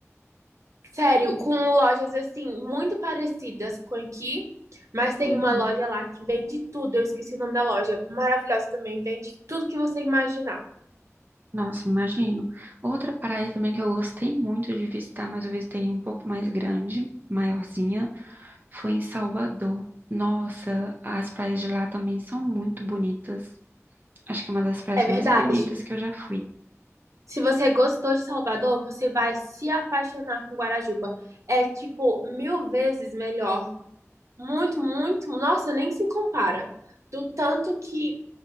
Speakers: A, on the right (about 70°); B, on the right (about 35°).
A: Sério, com lojas assim, muito parecidas com aqui, mas tem
B: Uhum.
A: uma loja lá que vende tudo. Eu esqueci o nome da loja. Maravilhosa também, vende tudo que você imaginar.
B: Nossa, imagino. Outra praia também que eu gostei muito de visitar, mas eu visitei um pouco mais grande, maiorzinha, foi em Salvador. Nossa, as praias de lá também são muito bonitas. Acho que é uma das praias
A: É verdade.
B: mais bonitas que eu já fui.
A: Se você gostou de Salvador, você vai se apaixonar com Guarajuba. É tipo mil vezes melhor. Muito, muito. Nossa, nem se compara. Do tanto que